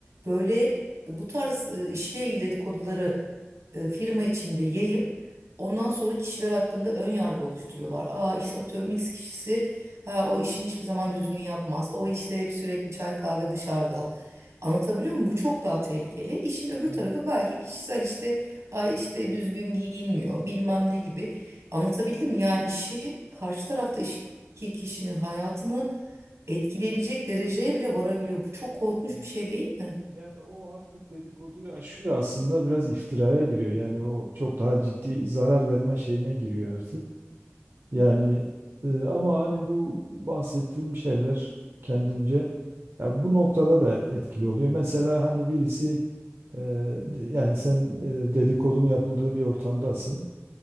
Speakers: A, on the right (about 75°); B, on the right (about 65°).
A: böyle bu tarz e, işle ilgili dedikoduları e, firma içinde yayıp ondan sonra kişiler hakkında ön yargı oluşturuyorlar. Aa işte atıyorum X kişisi ha, o işini hiçbir zaman düzgün yapmaz. O işte hep sürekli çay kahve dışarıda. Anlatabiliyor muyum? Bu çok daha tehlikeli. İşin öbür
B: Evet.
A: tarafı belki kişisel işte ay işte düzgün giyinmiyor bilmem ne gibi. Anlatabildim mi? Yani işin karşı tarafta iş, ki kişinin hayatını etkileyebilecek dereceye bile varabiliyor. Bu çok korkunç
B: evet.
A: bir şey değil mi?
B: Yani o artık dedikoduyu aşıyor aslında biraz iftiraya giriyor. Yani o çok daha ciddi zarar verme şeyine giriyor artık. Yani e, ama hani bu bahsettiğim şeyler kendimce ya bu noktada da etkili oluyor. Mesela hani birisi e, de- yani sen e, dedikodunu yapıldığı bir ortamdasın.